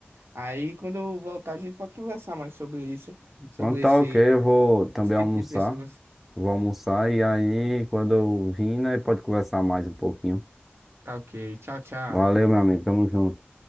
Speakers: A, on the right (about 75°); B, in the centre.
A: Aí, quando eu voltar, a gente pode conversar mais sobre isso, sobre
B: Quando tá
A: esse,
B: ok, eu vou também
A: esse tipo
B: almoçar.
A: de pessoas.
B: Vou almoçar e aí, quando eu vim, né, pode conversar mais um pouquinho.
A: Tá ok. Tchau, tchau.
B: Valeu, meu amigo. Tamo junto.